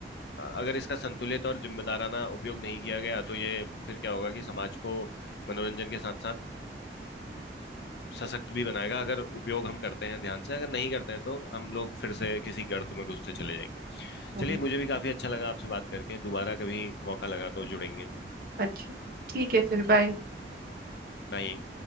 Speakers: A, on the left; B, on the right.
A: अगर इसका संतुलित और जिम्मेदाराना उपयोग नहीं किया गया तो ये फिर क्या होगा कि समाज को मनोरंजन के साथ साथ सशक्त भी बनाएगा अगर उपयोग हम करते हैं ध्यान से अगर नहीं करते हैं तो हम लोग फिर से किसी गर्त में घुसते चले जाएंगे
B: हाँ
A: चलिए मुझे भी काफी अच्छा लगा आपसे बात करके दोबारा कभी मौका लगा तो जुड़ेंगे
B: अच्छा ठीक है फिर बाय
A: बाय